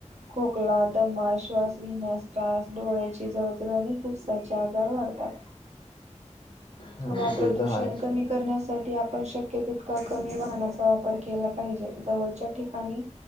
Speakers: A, on the right (about 65°); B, on the left (about 40°).
A: खोकला, दमा, श्वास घेण्यास त्रास, डोळ्याची जळजळ आणि फुफसाचे आजार वाढतात.
B: हम्म
A: हवा प्रदूषण
B: ते तर आहेच
A: कमी करण्यासाठी, आपण शक्य तितका कमी वाहनाचा वापर केला पाहिजे, जवळच्या ठिकाणी